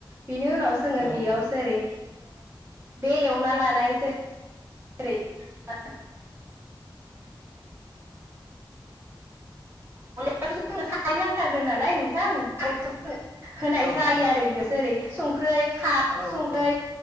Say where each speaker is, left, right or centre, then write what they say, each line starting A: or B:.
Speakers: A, on the right; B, on the right.
A: बेनि उनाव जोङो
B: औ
A: बेयाव
B: औ
A: जेरै बे एवना लानाय जेरै जेरै <unintelligible> मलबाथ' जोंनो <unintelligible> नालाय नोंथां <unintelligible> होनाय
B: औ
A: जायो
B: नोंथां
A: आरो बे जेरै संख्रै खारै
B: औ
A: संखै
B: औ